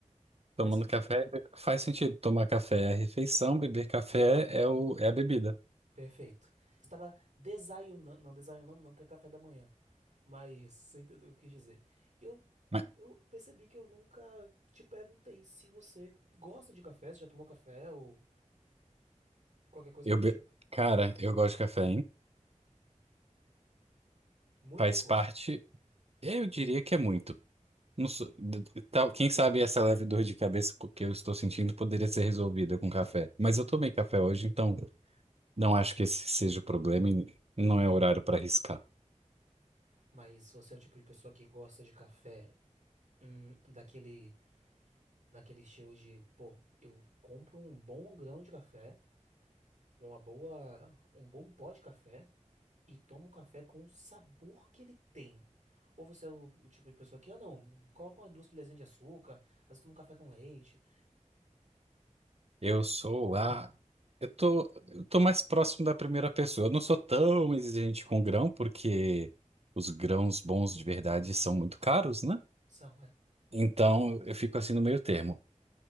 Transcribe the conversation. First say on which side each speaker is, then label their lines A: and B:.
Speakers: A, on the right; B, on the right.
A: Faz
B: Tomando
A: sentido,
B: café
A: né?
B: faz sentido. Tomar café é a refeição, beber café é, o, é a bebida.
A: Perfeito. Estava desayunando, não, desayunando não, que é café da manhã. Mas você entendeu o que eu quis dizer. E eu,
B: Mas
A: eu percebi que eu nunca te perguntei se você gosta de café, se já tomou café ou qualquer coisa
B: eu
A: do
B: be...
A: tipo.
B: Cara, eu gosto de café, hein?
A: Muito
B: Faz
A: ou pouco.
B: parte. Eu diria que é muito. Não sou-
A: Hum.
B: d- d- tal- Quem sabe essa leve dor de cabeça que eu estou sentindo poderia ser resolvida com café. Mas eu tomei café hoje, então não acho que esse seja o problema e não é horário para arriscar.
A: Mas você é o tipo de pessoa que gosta de café. Hum, daquele, daquele estilo de, pô, eu compro um bom grão de café, uma boa, um bom pó de café e tomo o café com o sabor que ele tem. Ou você é o, o tipo de pessoa que, ah, não, coloca umas duas colherzinhas de açúcar, às vezes toma um café com leite,
B: Eu sou a. Eu tô, eu tô mais próximo da primeira pessoa. Eu não sou tão exigente com grão, porque os grãos bons de verdade são muito caros, né?
A: são, é.
B: Então eu fico assim no meio termo.